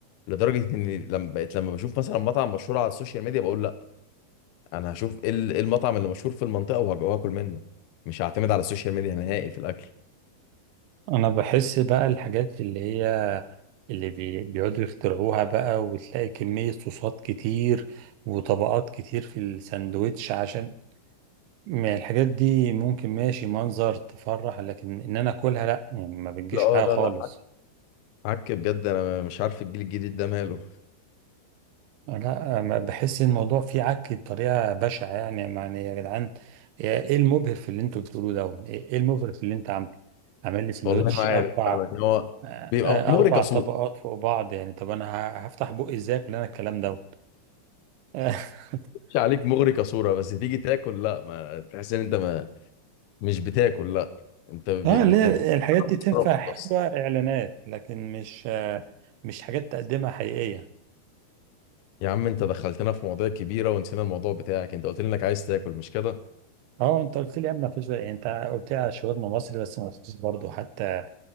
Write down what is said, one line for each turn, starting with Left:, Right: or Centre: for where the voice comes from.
Left: لدرجه اني لما بقيت لما بشوف مثلا مطعم مشهور على السوشيال ميديا بقول لا انا هشوف ايه ال- إيه المطعم اللي مشهور في المنطقه وهج- وهاكل منه مش هعتمد على السوشيال ميديا نهائي في الاكل
Right: انا بحس بقى الحاجات اللي هي اللي بي- بيقعدوا يخترعوها بقى وتلاقي كمية صوصات كتير وطبقات كتير في الساندوتش عشان ما الحاجات دي ممكن ماشي منظر تفرح لكن ان انا اكلها لا يعني ما بتجيش
Left: لا اه
Right: معايا
Left: لا
Right: خالص
Left: لا عك بجد انا مش عارف الجيل الجديد ده ماله
Right: لا ما بحس الموضوع فيه عك بطريقة بشعة يعني يعني يا جدعان ايه المبهر في اللي انتوا بتقولوه ده ايه المبهر في اللي انت عامله عامل لي ساندوتش
Left: والله ما عارف
Right: اربع
Left: انا هو
Right: آه،
Left: بيبقى
Right: آه،
Left: مغري
Right: اربع
Left: كصوره
Right: طبقات فوق بعض يعني طب انا ه- هفتح بقي ازاي كل انا الكلام دوت اه <laughs>
Left: مش عليك مغري كصوره بس تيجي تاكل لا ما تحس ان انت ما مش بتاكل لا انت بت-
Right: آه، اللي
Left: بت-
Right: هي الحاجات
Left: بتتفرج
Right: دي تنفع <laughs> حلوه
Left: بس
Right: اعلانات لكن مش آه، مش حاجات تقدمها حقيقيه
Left: يا عم انت دخلتنا في مواضيع كبيرة ونسينا الموضوع بتاعك انت قلت لي انك عايز تاكل مش كده
Right: اه انت قلت لي قبل مفيش يعني انت قلت لي على شاورما مصري بس ما قلتليش برضه حتى